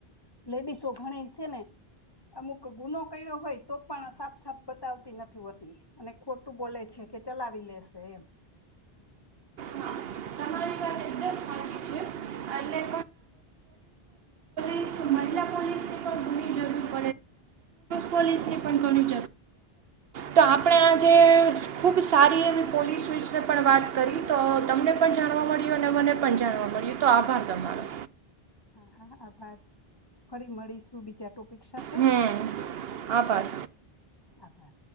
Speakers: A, on the left; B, on the right.
A: લેડીસો ગણી છે ને અમુક ગુનો કર્યો હોય તો પણ સાફ સાફ બતાવતી નથી હોતી અને ખોટું બોલે છે. કે ચલાવી લેશે એમ.
B: હા, તમારી વાત એકદમ સાચી છે એટલે સુ મહરિલા પોલીસની પણ ગૂરી જડું. પોલીસને પણ કણી. તો આપણે આજે ખુબ સારી એવી પોલીસ વિશે પણ વાત કરી તો તમને પણ જાણવા મળ્યું અને મને પણ જાણવા મળ્યું તો આભાર તમારો.
A: હા હા આભાર ફરી મળીશું બીજા ટોપિક. સાથે
B: હમ આભાર.
A: આભાર